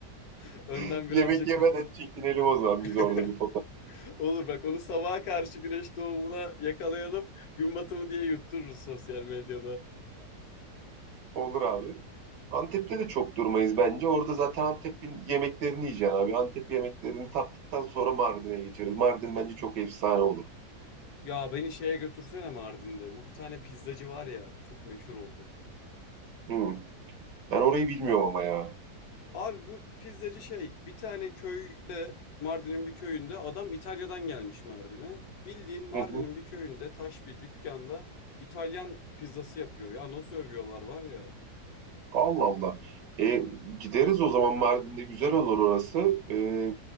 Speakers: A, on the left (about 70°); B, on the right (about 85°).
A: <laughs> önden
B: <laughs> Yemek
A: birazcık
B: yemeden çekinelim o zaman
A: <laughs>
B: biz orada bir fotoğraf.
A: olur bak onu sabaha karşı güneş doğumuna yakalayalım. Gün batımı diye yuttururuz sosyal medyada.
B: Olur abi. Antep'te de çok durmayız bence. Orada zaten Antep'in yemeklerini yiyeceksin abi. Antep yemeklerini tattıktan sonra Mardin'e geçeriz. Mardin bence çok efsane olur.
A: Ya beni şeye götürsene Mardin'de. Bu bir tane pizzacı var ya çok meşhur oldu.
B: Hı. Ben orayı bilmiyorum ama ya.
A: Abi bu pizzacı şey bir tane köyde Mardin'in bir köyünde adam İtalya'dan gelmiş Mardin'e. Bildiğin Mardin'in
B: Hı hı.
A: bir köyünde taş bir dükkanda İtalyan pizzası yapıyor. Ya nasıl övüyorlar var ya.
B: Allah Allah. E, gideriz o zaman Mardin'de güzel olur orası. E,